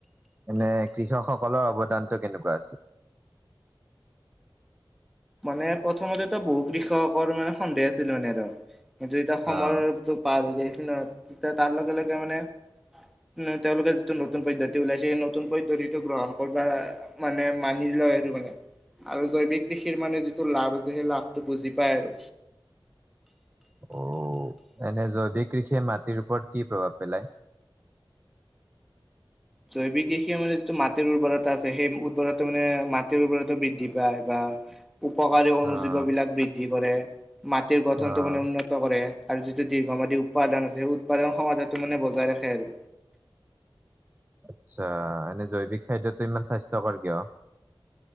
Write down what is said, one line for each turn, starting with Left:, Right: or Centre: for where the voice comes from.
Right: এনে কৃষক সকলৰ অৱদানটো কেনেকুৱা আছিল
Centre: মানে প্ৰথমতেতো বহু কৃষকৰ মানে সন্দেহ আছিল মানে আৰু সেটো এতিয়া সময়ৰ
Right: অ',
Centre: টো পাৰ হৈ যায় সেইটো ন তেতিয়া তাৰ লগে লগে মানে উ তেওঁলোকে যিটো নতুন পদ্ধতি ওলাইছে সেই নতুন পদ্ধতিটো গ্ৰহণ কৰবা মানে মানি লয় সেইটো মানে আৰু জৈৱিক খিৰ মানে যিটো লাভ আছে সেই লাভটো বুজি পায় আৰু
Right: অ এনে জৈৱিক কৃষিয়ে মাটিৰ ওপৰত কি প্ৰভাৱ পেলায়
Centre: জৈৱিক কৃষিয়ে মানে যিটো মাটিৰ উৰ্বৰতা আছে সেই উৰ্বৰা মানে মাটিৰ উৰ্বৰতা বৃদ্ধি পায় বা উপকাৰী অনুজীৱ
Right: অ',
Centre: বিলাক বৃদ্ধি কৰে মাটিৰ গঠনটো
Right: অ',
Centre: মানে উন্নত ত কৰে আৰু যিটো দীৰ্ঘমাদী উৎপাদন আছে সেই উৎপাদন সমাধাটো মানে বজাই ৰাখে আৰু
Right: আতচ্ছা এনে জৈৱিক খাদ্যটো ইমান স্বাস্থ্যকৰ কিয়